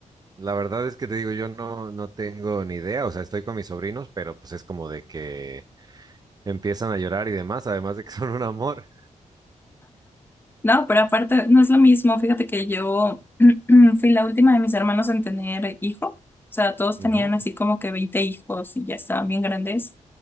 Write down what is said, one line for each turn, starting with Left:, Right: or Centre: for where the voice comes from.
Right: La verdad es que te digo, yo no, no tengo ni idea. O sea, estoy con mis sobrinos, pero pues es como de que empiezan a llorar y demás, además de que <laughs> son un amor.
Left: No, pero aparte no es lo mismo. Fíjate que yo <clears throat> fui la última de mis hermanos en tener hijo. O sea, todos
Right: Ujú.
Left: tenían así como que 20 hijos y ya estaban bien grandes.